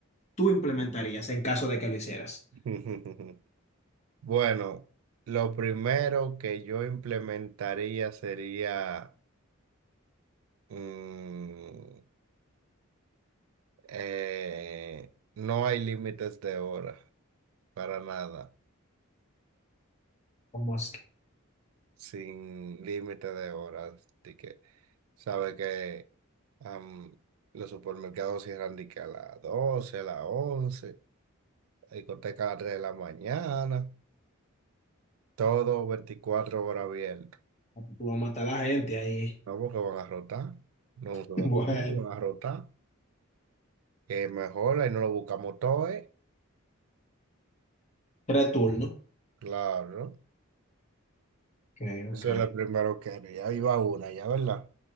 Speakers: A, on the left; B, on the right.
A: tú implementarías en caso de que lo hicieras?
B: <laughs> Bueno, lo primero que yo implementaría sería, mm, eh, no hay límites de horas, para nada,
A: ¿Cómo así?
B: sin límite de horas. Así que, sabe que Am, los supermercados cierran de que a las 12 a las once la discoteca a las 3 de la mañana, todo 24 horas abierto.
A: Tú vas a matar a la gente ahí.
B: No,
A: <laughs>
B: porque van a rotar, no un solo
A: Bueno,
B: tiempo, van a rotar. Que mejor ahí no lo buscamos todo, ¿eh?
A: tres turnos.
B: Claro, ¿no?
A: Ok,
B: eso
A: ok.
B: es lo primero que haría. Ahí va una, ya, ¿verdad?